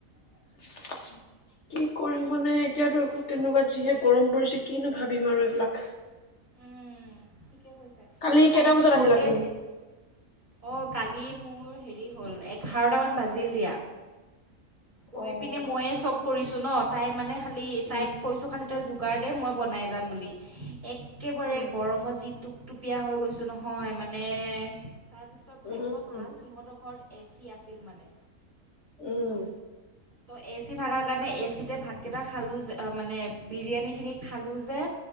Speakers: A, on the left; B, on the right.
A: <inaudible> কি কৰিম মানে এতিয়াতো একো তেনেকুৱা যিহে গৰম পৰিছে কিনো ভাবিম আৰু এইবিলাক।
B: উম ঠিকে কৈছা।
A: কালি
B: এই লাইনটো
A: কেইটা বজাত আহিলা
B: গ'লে
A: তুমি?
B: অ কালি মোৰ হেৰি হ'ল এঘাৰটামান বাজিল দিয়া কৈ
A: অ'।
B: পিনে মইয়ে চব কৰিছো ন তাই মানে খালি তাইক
A: উম
B: কৈছোঁ খালি তই যোগাৰ দে মই বনাই যাম বুলি একেবাৰে
A: উম
B: গৰমত যি টোপটোপীয়া হৈ গৈছোঁ নহয় মানে তাৰপিছত ভাগ্য
A: উম
B: ভাল
A: উম
B: সিহঁতৰ ঘৰত এ চি আছিল মানে
A: উম
B: ত এ চি থকাৰ কাৰণে এ চিতে ভাতকেইটা খালোঁ যে মানে বিৰিয়ানীখিনি খালোঁ যে